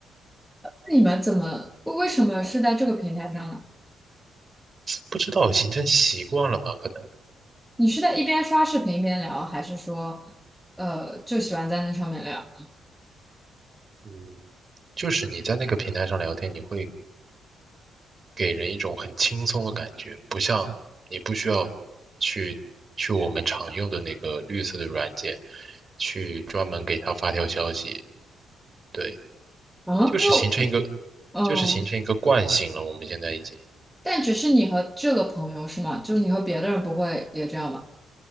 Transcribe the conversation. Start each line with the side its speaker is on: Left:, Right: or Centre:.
Centre: 那你们怎么，为什么是在这个平台上呢？
Right: 不知道形成习惯了吧？可能，
Centre: 你是在一边刷视频一边聊，还是说，呃，就喜欢在那上面聊？
Right: 嗯，就是你在那个平台上聊天，你会给人一种很轻松的感觉，不像你不需要去去我们常用的那个绿色的软件，去专门给他发条消息。对，
Centre: 嗯，
Right: 就是形成一个，
Centre: 又，嗯，
Right: 就是形成一个惯性了。我们现在已经
Centre: 但只是你和这个朋友是吗？就是你和别的人不会也这样吗？